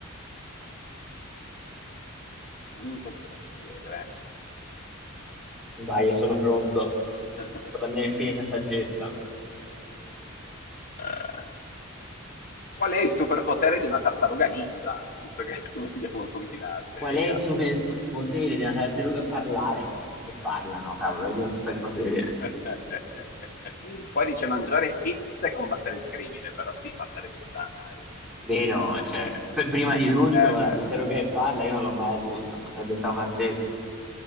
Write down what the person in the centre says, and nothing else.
Vai, sono pronto
con la mia infinita saggezza.
Qual
è il superpotere di una tartaruga? Parlare, perché parlano, cavolo, è un superpotere.
Vero, cioè, p- prima di tutto
una
tartaruga che parla io non l'ho mai avuta, ma sarebbe stato pazzesco.